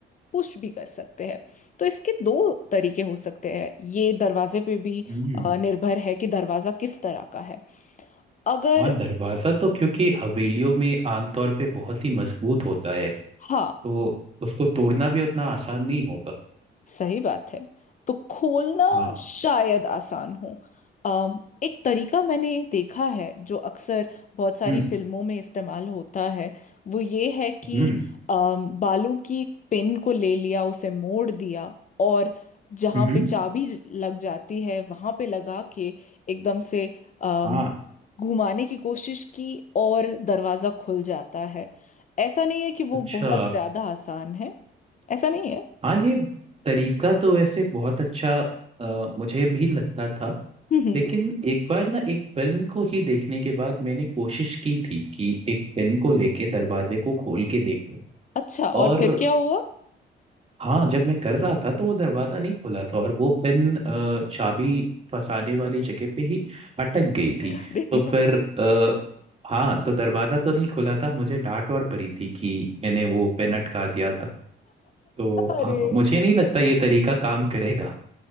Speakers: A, on the left; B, on the right.
A: पुश भी कर सकते हैं तो इसके दो तरीके हो सकते हैं ये दरवाजे पे भी
B: हम्म,
A: अ, निर्भर है कि दरवाजा किस तरह का है अगर
B: हाँ दरवाजा तो क्योंकि हवेलियों में आमतौर पे बहुत ही मजबूत होता है
A: हाँ
B: तो उसको तोड़ना भी उतना आसान नहीं होगा
A: सही बात है तो खोलना
B: हाँ
A: शायद आसान हो अम, एक तरीका मैंने देखा है जो अक्सर बहुत सारी
B: हम्म
A: फिल्मों में इस्तेमाल होता है वो ये है कि
B: हम्म
A: अम, बालों की एक पिन को ले लिया उसे मोड़ दिया और जहाँ
B: हम्म हम्म,
A: पे चाबी ज- लग जाती है वहाँ पे लगा के एकदम से अम,
B: हाँ
A: घुमाने की कोशिश की और दरवाज़ा खुल जाता है ऐसा नहीं है कि वो
B: अच्छा
A: बहुत ज़्यादा आसान है ऐसा नहीं है
B: हाँ ये तरीका तो वैसे बहुत अच्छा अ, मुझे भी लगता था
A: <laughs>
B: लेकिन एक बार ना एक फिल्म को ही देखने के बाद मैंने कोशिश की थी कि एक पेन को लेके दरवाजे को खोल के देखूं
A: अच्छा और
B: और
A: फिर क्या हुआ
B: हाँ जब मैं कर रहा था तो वो दरवाजा नहीं खुला था और वो पेन अ, चाबी फंसाने वाली जगह पे ही अटक गई
A: <laughs>
B: थी
A: दे
B: तो
A: दिया
B: फिर अ, हाँ तो दरवाजा तो नहीं खुला था मुझे डांट और पड़ी थी कि मैंने वो पेन अटका दिया था तो
A: अरे
B: अ, मुझे नहीं लगता ये तरीका काम करेगा